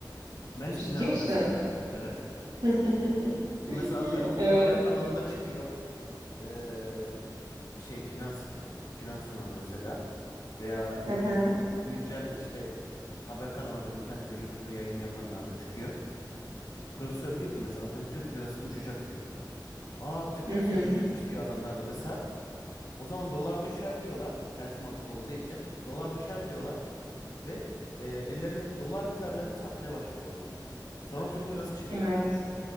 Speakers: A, on the left; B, on the right.
A: Ben hiç
B: Ciddi
A: dinlemem
B: misin?
A: mesela. Evet.
B: <laughs>
A: Şimdi mesela atıyorum
B: Evet.
A: bir haber kanalında çıkıyor. Ee, şey finans finans sunan mesela veya ne
B: Hı hı.
A: bileyim güncel işte haber kanallarında internette YouTube'da yayın yapanlar da çıkıyor. Profesör diyor ki mesela atıyorum Türk lirası uçacak diyor. Aa Türk
B: Hı
A: lirası
B: hı.
A: uçacakmış diyor adamlar da mesela. O zaman dolar düşer diyorlar. Ters mantık olduğu için. Dolar düşer diyorlar ve e, ellerindeki dolar rezervlerini satmaya başlıyorlar. Sonra Türk lirası çıkıyor.
B: Evet.